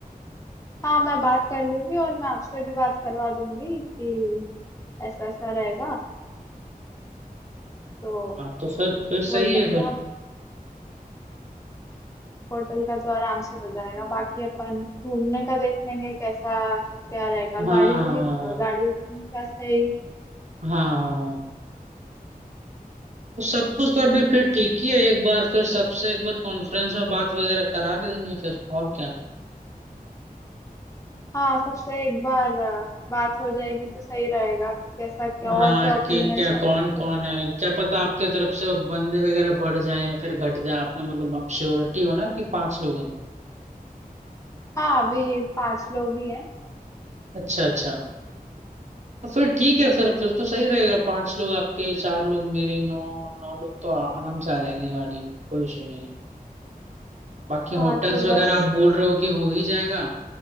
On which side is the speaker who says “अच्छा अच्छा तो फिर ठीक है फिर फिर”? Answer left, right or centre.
Right